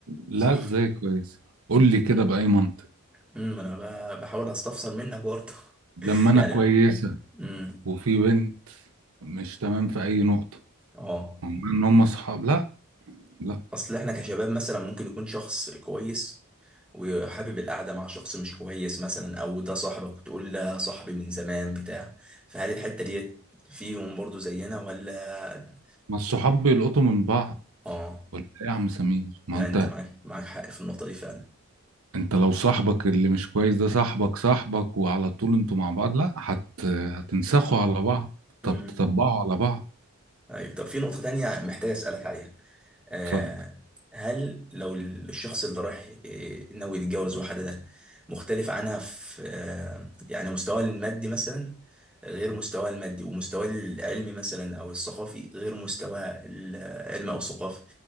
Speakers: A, on the right; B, in the centre.
A: لا
B: صح
A: ازاي كويس قول لي كده
B: امم
A: بأي منطق
B: أمم، انا ب- بحاول استفسر منك برضه
A: لما
B: <laughs>
A: انا
B: يعني
A: كويسة
B: امم
A: وفي بنت مش تمام في اي نقطة
B: اه
A: هم ان هم صحاب لا لا
B: اصل احنا كشباب مثلا ممكن يكون شخص كويس وحابب القعده مع شخص مش كويس مثلا او ده صاحبك وتقول لا صاحبي من زمان بتاع فهل الحته دي فيهم برضو زينا ولا
A: ما الصحاب بيلقطوا من بعض
B: اه
A: ولا إيه يا عم سمير ما
B: لا
A: انت
B: انت معاك معاك حق في النقطه دي فعلا
A: انت لو صاحبك اللي مش كويس ده صاحبك صاحبك وعلى طول انتوا مع بعض لا هت هتنسخوا على بعض طب
B: امم
A: تطبقوا على بعض
B: ايوه طب في نقطه تانية محتاج اسالك عليها آه،
A: اتفضل
B: هل لو الشخص اللي رايح آه، ناوي يتجوز واحدة ده مختلف عنها في آه، يعني مستواها المادي مثلا غير مستواها المادي ومستواها العلمي مثلا أو الثقافي غير مستواها العلمي أو الثقافي